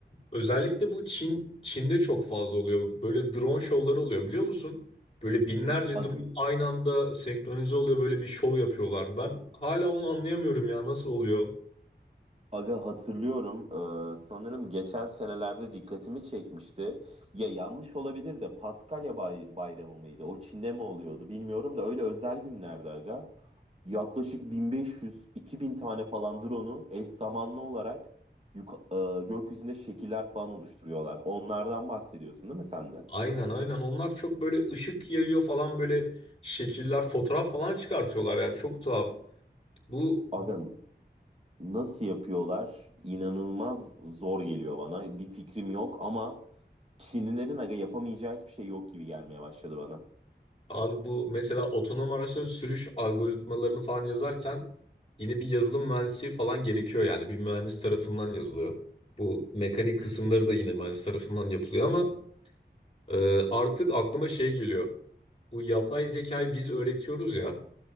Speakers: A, on the left; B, on the right.
A: özellikle bu Çin, Çin'de çok fazla oluyor. Böyle drone şovları oluyor biliyor musun? Böyle binlerce
B: Aga,
A: drone aynı anda senkronize oluyor böyle bir şov yapıyorlar. Ben hala onu anlayamıyorum ya nasıl oluyor?
B: Aga hatırlıyorum. Ee, sanırım geçen senelerde dikkatimi çekmişti. Ya yanlış olabilir de Paskalya Bay- Bayramı mıydı? O Çin'de mi oluyordu bilmiyorum da öyle özel günlerde aga. Yaklaşık 1500-2000 tane falan drone'u eş zamanlı olarak yuka- e, gökyüzünde şekiller falan oluşturuyorlar. Onlardan bahsediyorsun değil mi sen de?
A: Aynen aynen onlar çok böyle ışık yayıyor falan böyle şekiller, fotoğraf falan çıkartıyorlar yani çok tuhaf. Bu
B: Aga nasıl yapıyorlar? İnanılmaz zor geliyor bana. Bir fikrim yok ama Çinlilerin aga yapamayacağı hiçbir şey yok gibi gelmeye başladı bana.
A: Abi bu mesela otonom araçların sürüş algoritmalarını falan yazarken yine bir yazılım mühendisi falan gerekiyor yani bir mühendis tarafından yazılıyor. Bu mekanik kısımları da yine mühendis tarafından yapılıyor ama e, artık aklıma şey geliyor. Bu yapay zekayı biz öğretiyoruz ya.